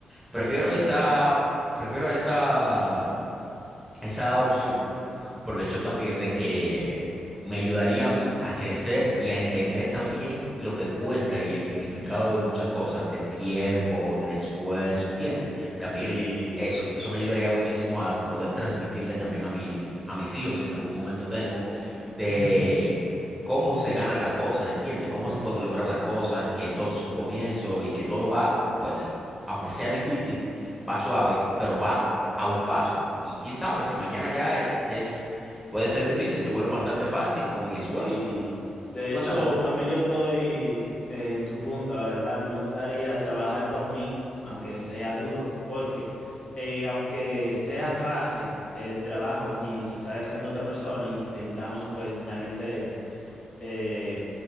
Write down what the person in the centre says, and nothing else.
Prefiero
esa Prefiero esa, esa opción por el hecho también de que me ayudaría a mí a crecer y a entender también lo que cuesta y el significado de muchas cosas, del tiempo, del esfuerzo, ¿entiendes? También
eso, eso me ayudaría muchísimo a poder transmitirle también a mis, a mis hijos, si en algún momento tengo, de
cómo se ganan las cosas, ¿entiendes? Cómo se pueden lograr las cosas, que todo es un comienzo y que todo va, pues, aunque sea difícil, va suave, pero va a un paso. Y quién sabe si mañana ya es, es, puede ser difícil y se vuelve bastante fácil con mi esfuerzo.
Cuéntame
tú.